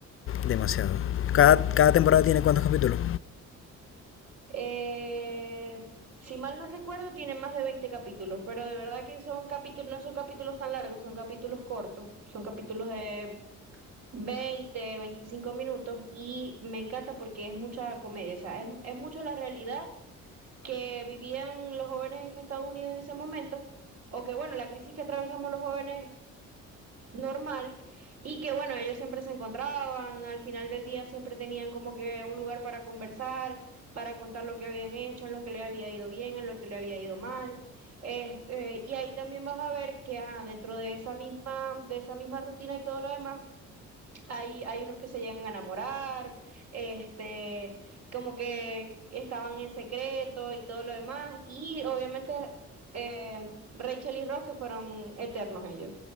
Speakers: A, on the left; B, on the right.
A: demasiado. Cada, cada temporada tiene cuántos capítulos.
B: Eh, si mal no recuerdo, tiene más de 20 capítulos, pero de verdad que son capítulos, no son capítulos tan largos, son capítulos cortos, son capítulos de 20 25 minutos y me encanta porque es mucha comedia, o sea, es, es mucho la realidad que vivían los jóvenes en Estados Unidos en ese momento, o que bueno, la crisis que atravesamos los jóvenes normal y que bueno, ellos siempre se encontraban, al final del día siempre tenían como que un lugar para conversar, para contar lo que habían hecho, en lo que le había ido bien, en lo que le había ido mal. Este, y ahí también vas a ver que ajá, dentro de esa misma, de esa misma rutina y todo lo demás, hay, hay unos que se llegan a enamorar, este, como que estaban en secreto y todo lo demás, y obviamente em, Rachel y Ross que fueron eternos ellos.